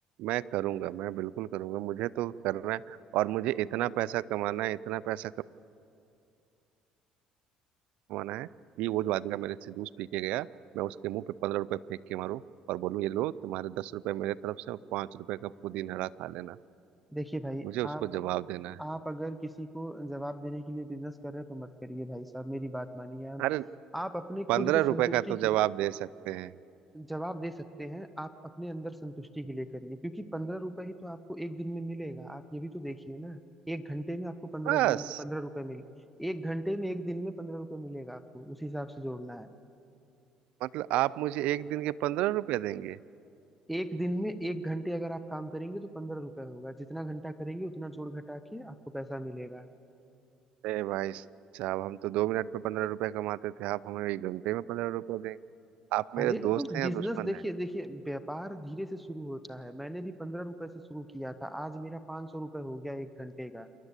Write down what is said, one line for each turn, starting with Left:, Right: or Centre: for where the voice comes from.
Right: मैं करूंगा मैं बिल्कुल करूंगा मुझे तो करना है और मुझे इतना पैसा कमाना है इतना पैसा कमाना है कि वो जो आदमी का मेरे से जूस पी के गया मैं उसके मुंह पे पंद्रह रुपए फेंक के मारूं और बोलूं ये लो तुम्हारे दस रुपए मेरे तरफ से और पांच रुपए का पुदीन हरा खा लेना
Centre: देखिए भाई
Right: मुझे उसको
Centre: आप
Right: जवाब देना है
Centre: आप अगर किसी को जवाब देने के लिए बिजनेस कर रहे हैं तो मत करिए भाई साहब मेरी बात मानिए आप
Right: अरे
Centre: आप अपने खुद
Right: पंद्रह
Centre: की संतुष्टि
Right: रुपए का तो
Centre: के
Right: जवाब दे सकते हैं
Centre: जवाब दे सकते हैं आप अपने अंदर संतुष्टि के लिए करिए क्योंकि पंद्रह रुपए ही तो आपको एक दिन में मिलेगा आप ये भी तो देखिए ना एक घंटे में आपको पंद्रह
Right: बस
Centre: दिन पंद्रह रुपए मिले एक घंटे में एक दिन में पंद्रह रुपए मिलेगा आपको उस हिसाब से जोड़ना है
Right: मतलब आप मुझे एक दिन के पंद्रह रुपए देंगे
Centre: एक दिन में एक घंटे अगर आप काम करेंगे तो पंद्रह रुपए होगा जितना घंटा करेंगे उतना जोड़ घटा के आपको पैसा मिलेगा
Right: अरे भाई साहब हम तो दो मिनट में पंद्रह रुपए कमाते थे आप हमें एक घंटे में पंद्रह रुपए देंगे आप मेरे
Centre: अरे
Right: दोस्त
Centre: तो
Right: हैं
Centre: बिजनेस
Right: या दुश्मन
Centre: देखिए
Right: हैं
Centre: देखिए व्यापार धीरे से शुरू होता है मैंने भी पंद्रह रुपए से शुरू किया था आज मेरा पांच सौ रुपये हो गया एक घंटे का